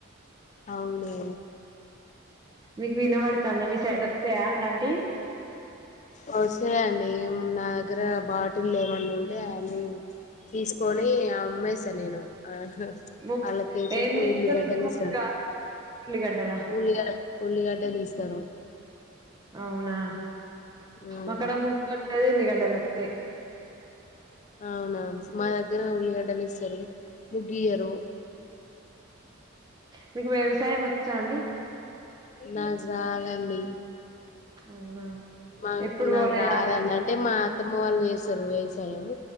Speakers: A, on the left; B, on the right.
A: అవునా
B: మీకు వినబడుతందా మీ సైడ్ వత్తయా అలాంటి
A: వస్తాయ్ అండి నా దగ్గర బాటిల్ లేమన్నా ఉంటే అని తీసుకొని అమ్మేసా నేను ఆ
B: ము
A: అలా కేచేత్తే
B: ఏం తీసుకుంటాం
A: ఉల్లుగడ్డలు
B: ముక్క
A: ఇస్తారు
B: ఉల్లిగడ్డల
A: ఉల్ ఉల్లి గడ్డలిస్తారు.
B: అవునా
A: ఉమ్
B: ఒక్కడ ముగ్గు లేద ఉల్లి గడ్డలొత్తయ్
A: అవునా మా దగ్గర ఉల్లిగడ్డలిస్తారు ముగ్గుఇయరు
B: మీకు వ్యవసాయం వచ్చా అండి
A: నాకు రాదండి
B: అవునా
A: మా
B: ఎప్పుడు
A: నాకు
B: పోలేదా
A: రాదండి అంటే మా అత్తమ్మ వాళ్ళు చేస్తారు వ్యవసాయము